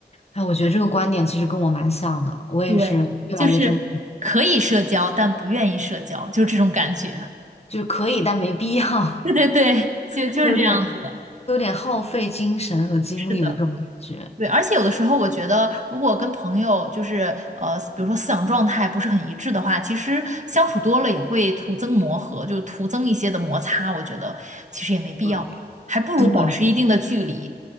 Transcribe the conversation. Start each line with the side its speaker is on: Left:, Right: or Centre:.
Left: 哎，我觉得这个观点其实跟我蛮像的，我也是越来越这么，
Right: 对，就是可以社交，但不愿意社交，就这种感觉。
Left: 就是可以，但没必要，<laughs>
Right: <laughs> 对对对，就就是这样子的，
Left: 会有点会有点耗费精神和精力的这种感觉。
Right: 是的，对。而且有的时候，我觉得如果跟朋友就是呃，比如说思想状态不是很一致的话，其实相处多了也会徒增磨合，就是徒增一些的摩擦。我觉得其实也没必要，
Left: 对对
Right: 还不如保持一定的距离。